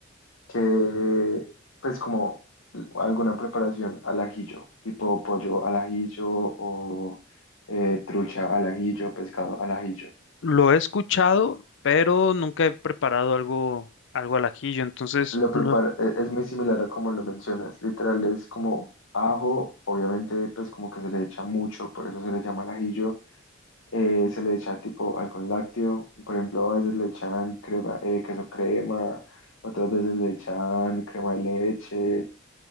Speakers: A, on the left; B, on the left.
A: que pues como alguna preparación al ajillo, tipo pollo al ajillo o eh, trucha al ajillo, pescado al ajillo.
B: lo he escuchado, pero nunca he preparado algo, algo al ajillo, entonces
A: Lo
B: no
A: prepara, e- es muy similar a como lo mencionas, literal es como ajo, obviamente pues como que se le echa mucho, por eso se le llama al ajillo, eh, se le echa tipo algún lácteo, por ejemplo a veces le echan crema, eh, queso crema, otras veces le echan crema de leche